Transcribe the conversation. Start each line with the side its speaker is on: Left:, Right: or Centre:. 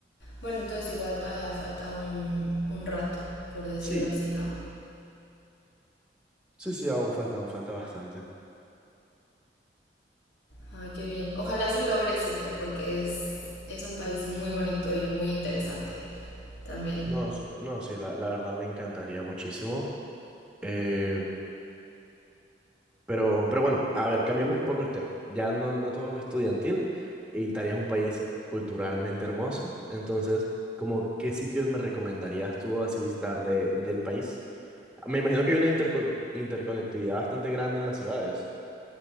Left: Bueno, entonces igual todavía falta un, un rato, por decirlo
Centre: Sí,
Left: así, ¿no?
Centre: sí, sí, aún falta, aún falta bastante.
Left: Ay, qué bien. Ojalá sí logres irte porque es, es un país muy bonito y muy interesante también.
Centre: No, sí- no, sí, la, la verdad me encantaría muchísimo. Eh, pero, pero bueno, a ver, cambiamos un poco el tema. Ya no, no todo es estudiantil y Italia es un país culturalmente hermoso. Entonces, como, ¿qué sitios me recomendarías tú así visitar de, del país? Me imagino que hay una interco- interconectividad bastante grande en las ciudades.